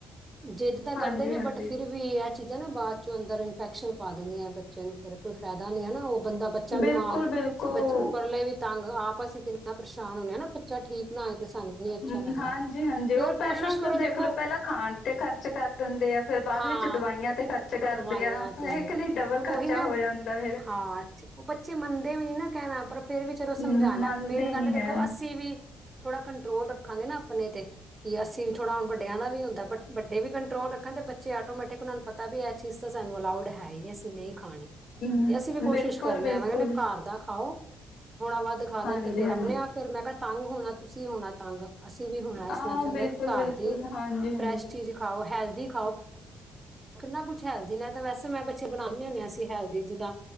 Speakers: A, on the right; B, on the left.
A: ਜਿੱਦ ਤਾਂ
B: ਹਾਂਜੀ
A: ਕਰਦੇ ਨੇ
B: ਹਾਂਜੀ
A: ਬਟ ਫਿਰ ਵੀ ਐ ਚੀਜ਼ਾਂ ਨਾ ਬਾਦ ਚੋਂ ਅੰਦਰ ਇਨਫੈਕਸ਼ਨ ਪਾ ਦਿੰਦੀਆਂ ਬੱਚੇ ਨੂੰ ਫੇਰ ਕੋਈ ਫੈਦਾ ਨੀ ਹਨਾ ਓ ਬੰਦਾ ਵੀ ਬੱਚਾ
B: ਬਿਲਕੁਲ
A: ਬਮਾਰ
B: ਬਿਲਕੁਲ
A: ਬ ਉੱਪਰਲੇ ਵੀ ਤੰਗ ਆਪ ਅਸੀਂ ਕਿੰਨਾ ਪਰੇਸ਼ਾਨ ਹੁੰਨੇ ਆਂ ਨਾ ਬੱਚਾ ਠੀਕ ਨਾ ਹੋਏ ਤੇ ਸਾਨੂੰ ਵੀ ਨੀ ਅੱਛਾ
B: ਹੂੰ,
A: ਲੱਗਦਾ
B: ਹਾਂਜੀ-ਹਾਂਜੀ
A: ਤੇ ਹੋਰ
B: ਓ ਪੈਲਾਂ
A: ਕੋਸ਼ਿਸ਼ ਕਰੋ
B: ਤਾਂ ਦੇਖਲੋ
A: ਦੇਖੋ
B: ਪੈਲਾਂ ਖਾਨ ਤੇ ਖਰਚ ਕਰ ਦਿੰਦੇ ਆ, ਫੇਰ ਬਾਦ
A: ਹਾਂ
B: ਵਿੱਚ ਦਵਾਈਆਂ
A: ਫਿਰ
B: ਤੇ ਖਰਚ ਕਰਦੇ
A: ਦਵਾਈਆਂ
B: ਆ
A: ਤੇ
B: ਇੱਕ ਨਈ ਡਬਲ ਖਰਚਾ
A: ਉਹੀ ਨਾ
B: ਹੋ ਜਾਂਦਾ ਫੇਰ।
A: ਹਾਂ ਅੱਛੇ ਓ ਬੱਚੇ ਮੰਨਦੇ ਵੀ ਨੀ ਨਾ ਕੈਨੲ ਪਰ ਫਿਰ ਵੀ ਚਲੋ
B: ਹਮ
A: ਸਮਝਾਨਾ
B: ਮੰਨਦੇ
A: ਮੇਨ ਗੱਲ
B: ਨੀ
A: ਦੇਖੋ
B: ਹੈ
A: ਅਸੀ ਵੀਂ ਥੋੜਾ ਕੰਟਰੋਲ ਰੱਖਾਂਗੇ ਨਾ ਆਪਨੇ ਤੇ, ਕੀ ਅਸੀਂ ਵੀ ਥੋੜਾ ਹੁਨ ਵੱਡਿਆਂ ਦਾ ਵੀ ਹੁੰਦਾ। ਵੱਡੇ ਵੀ ਕੰਟਰੋਲ ਰੱਖਨ ਤੇ ਬੱਚੇ ਆਟੋਮੈਟਿਕ ਓਨਾਂ ਨੂੰ ਪਤਾ ਵੀ ਐ ਚੀਜ਼ ਤਾਂ ਸਾਨੂੰ ਅਲਾਊਡ ਹੈ ਈ ਨੀਂ ਅਸੀਂ ਨਈ ਖਾਨੀ।
B: ਹਮ
A: ਇਹ ਅਸੀਂ ਵੀ ਕੋਸ਼ਿਸ਼
B: ਬਿਲਕੁਲ
A: ਕਰਨੇ
B: ਬਿਲਕੁਲ
A: ਹਾਂ। ਮੈਂ ਕਹਿੰਦੇ ਘਰ ਦਾ ਖਾਓ ਥੋੜਾ ਵੱਧ ਖਾ ਲੈਣ
B: ਹਾਂਜੀ
A: ਤੇ ਫੇਰ
B: ਹਾਂਜੀ
A: ਆਪਣੇ ਆਪ ਫੇਰ ਮੈਂ ਕਿਹਾ ਤੰਗ ਹੋਣਾ ਤੁਸੀਂ ਹੋਣਾ ਤੰਗ ਅਸੀਂ ਵੀ ਹੁਣਾ
B: ਹਾਂ
A: ਇਸ ਨਾਲ ਚੰਗਾ
B: ਬਿਲਕੁਲ
A: ਕਿ ਘਰ
B: ਬਿਲਕੁਲ
A: ਦੀ
B: ਹਾਂਜੀ ਹਾਂਜੀ
A: ਫਰੈਸ਼ ਚੀਜ਼ ਖਾਓ ਹੈਲਦੀ ਖਾਓ। ਕਿੰਨਾ ਕੁਛ ਹੈਲਦੀ ਨੇ ਤਾਂ ਵੈਸੇੈਂ ਬੱਚੇ ਬਣਾਉਂਦੇ ਹੁੰ-ਹ-ਅਂ ਹੈਲਦੀ ਜਿੱਦਾਂ